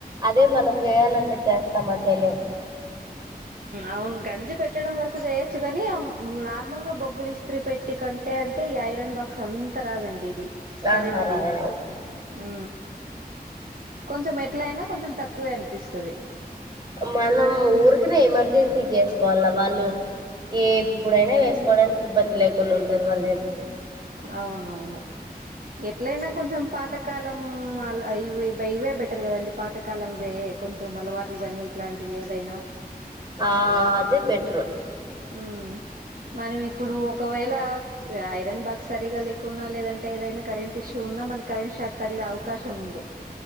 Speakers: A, on the right; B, on the right.
A: అదే మనం చేయాలంటే చేస్తామ చెయలెం
B: అవును గంజి పెట్టడం వరకు చేయొచ్చు కనీ నార్మల్ గా బొగ్గులు ఇస్త్రీ పెట్టి కం అంటే అంటే ఈ ఐరన్ బాక్స్ అంత రాదండి ఇది కరెంట్
A: ఆహా రాదు
B: తీ
A: రాదు
B: ఆ కొంచమెట్ ఎట్లయినా కొంచెం తక్కువే అనిపిస్తది
A: మనం ఊరికనే ఎమర్జెన్సీకి చేసుకోవాల వాళ్ళు ఇగ ఎప్పుడైనా వేసుకోవడానికి ఇబ్బంది లేకుండా ఉంటంది వాళ్ళు చేస్
B: అవునవును ఎట్లయినా కొంచెం పాతకాలం అల్ అయి ఉ ఇవే బెటర్ కదండి పాతకాలంవే కొంచెం అలవాట్లు గాని ఇట్లాంటివి ఏవైనా
A: ఆ అదే బెట్రు
B: ఉ మనం ఇప్పుడు ఒకవేళ ఐరన్ బాక్స్ సరిగా లేకున్నా లేదంటే ఏదైనా కరెంట్ ఇష్యూ ఉన్నా మనకి కరెంట్ షాక్ తగిలే అవకాశం ఉంది